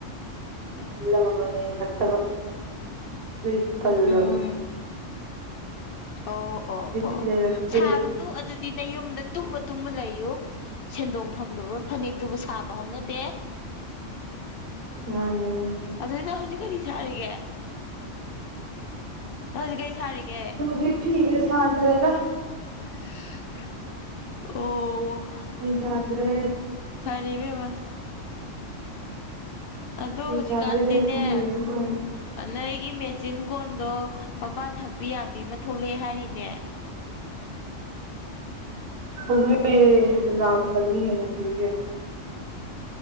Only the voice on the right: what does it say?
<unintelligible> ꯀꯠꯇꯕ ꯑꯗꯨ ꯏꯠꯇꯂꯒ
ꯕꯤꯠ
ꯂꯩꯔꯛꯇ꯭ꯔꯦ
ꯃꯥꯅꯦ ꯃꯥꯅꯦ
ꯍꯧꯖꯤ ꯐꯤꯒ ꯁꯥꯗ꯭ꯔꯦꯗ
ꯄꯤꯖꯥꯗ꯭ꯔꯦ
ꯐꯤ
ꯁꯥꯗꯣꯏ ꯁꯔꯨꯛ ꯂꯥꯏꯔꯤꯛ ꯄꯥꯔꯦ
<unintelligible>